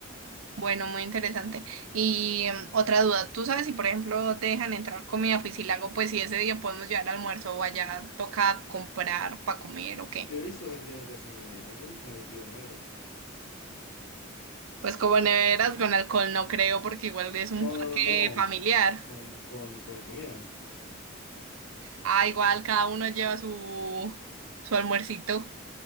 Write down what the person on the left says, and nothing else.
Yo he visto gente meterse en neveras, yo, yo he metido en neveras.
No,
no, no, no,
con, con, con comida.